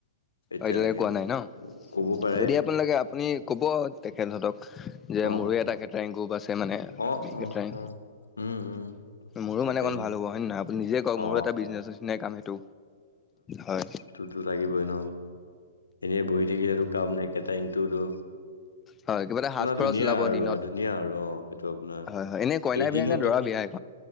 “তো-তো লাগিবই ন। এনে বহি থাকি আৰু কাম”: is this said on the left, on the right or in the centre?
Left